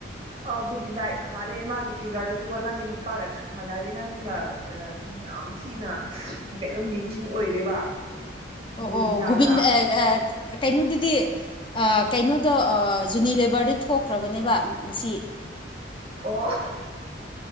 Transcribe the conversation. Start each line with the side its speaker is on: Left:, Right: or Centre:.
Right: ꯑ ꯒꯣꯕꯤꯟꯗꯥꯏ ꯃꯥꯜꯂꯦ ꯃꯥꯒꯤ ꯐꯤꯒꯔꯗꯨꯁꯨꯀꯣ ꯅꯪꯒꯤ ꯅꯨꯄꯥꯒ ꯆꯞ ꯃꯥꯟꯅꯔꯦ ꯅꯪꯒ ꯌꯥꯝ ꯊꯤꯅ ꯀꯩꯅꯣ ꯃꯦꯆꯤꯡ ꯑꯣꯏꯔꯦꯕ
Left: ꯑꯣ
Right: ꯒꯣꯕꯤꯟꯗꯥꯒ
Left: ꯑꯣ ꯒꯣꯕꯤꯟ ꯀꯩꯅꯣꯗꯨꯗꯤ ꯀꯩꯅꯣꯗꯣ ꯖꯨꯅꯤ ꯂꯦꯕꯔꯗꯤ ꯊꯣꯛꯈ꯭ꯔꯕꯅꯦꯕ ꯉꯁꯤ
Right: ꯑꯣ